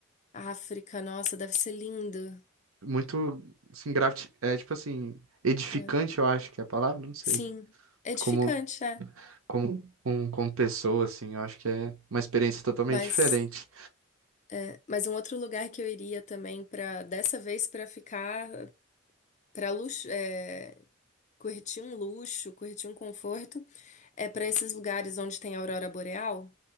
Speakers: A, on the left; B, on the right.
A: África, nossa, deve ser lindo,
B: muito, assim, grati... é, tipo assim, edificante,
A: né?
B: eu acho que é a palavra, não sei.
A: Sim, edificante,
B: Como
A: é.
B: como, com, como pessoa, assim, eu acho que é uma experiência totalmente
A: Mas,
B: diferente.
A: é, mas um outro lugar que eu iria também para dessa vez para ficar para luxo, é, curtir um luxo, curtir um conforto, é para esses lugares onde tem aurora boreal.